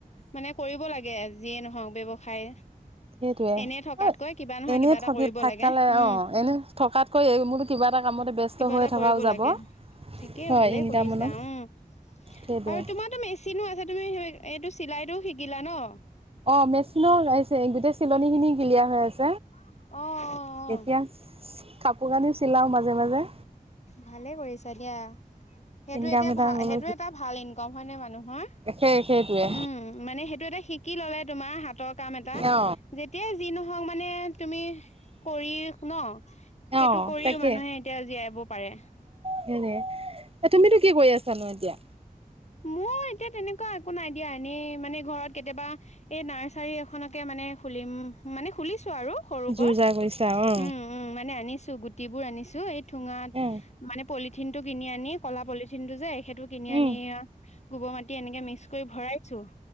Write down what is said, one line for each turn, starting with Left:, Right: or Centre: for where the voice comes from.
Left: মানে কৰিব লাগে যিয়ে নহওক ব্যৱসায়
Right: সেইটোয়ে
Left: এনে থকাতকৈ
Right: অ
Left: কিবা নহয়
Right: এনে
Left: কিবা এটা
Right: থকি
Left: কৰিব
Right: থাকালে
Left: লাগে উম
Right: অ এনে থকাতকৈ মোৰো কিবা এটা কামতে ব্যস্ত
Left: কিবা
Right: হৈ
Left: এটা
Right: থকাও
Left: কৰিব
Right: যাব
Left: লাগে ঠিকেই
Right: হয়
Left: ভালেই
Right: ইনকামনো
Left: কৰিছা অহ
Right: সেইটোৱে
Left: আৰু তোমাৰতো মেচিনো আছে তুমি এইটো চিলাইটো শিকিলা ন
Right: অ মেচিনৰ আহিছে গোটেই চিলনী খিনি ক্লিয়াৰ হৈ আছে।
Left: অহ অহ
Right: এতিয়া
Left: অহ
Right: কাপোৰ কানিও চিলাওঁ মাজে মাজে
Left: ভালে কৰিছা দিয়া সেইটো
Right: ইনকাম
Left: এতিয়া
Right: এটা
Left: ভা
Right: হল
Left: সেইটো এটা ভাল ইনকম হয় নে মানুহৰ
Right: সেই সেইটোৱে
Left: উম মানে সেইটো এটা শিকি ললে তোমাৰ হাতৰ কাম এটা
Right: অ
Left: যেতিয়াই যি নহওক মানে তুমি কৰি ন সেইটো
Right: অ
Left: কৰিও
Right: তাকে
Left: মানুহে এতিয়া জীয়াই হব পাৰে
Right: সে তুমিতো কি কৰি আছা ন এতিয়া
Left: মোৰ এতিয়া তেনেকোৱা একো ন দিয়া এনেই মানে ঘৰত কেতিয়াবা এই নাৰ্চাৰী এখনকে মানে খুলিম মানে খুলিছো। ছো আৰু সৰুকৈ
Right: জোৰ জাৰ কৰিছা অ
Left: উম উম মানে আনিছো। গুটি বোৰ আনিছো এইটো থোঙাত
Right: উম
Left: মানে পলিথিন টো কিনি আনি কলা পলিথিন টো যে সেইটো কিনি আনি
Right: উম
Left: গোবৰ মাটি এনেকে মিক্স কৰি ভৰাইছো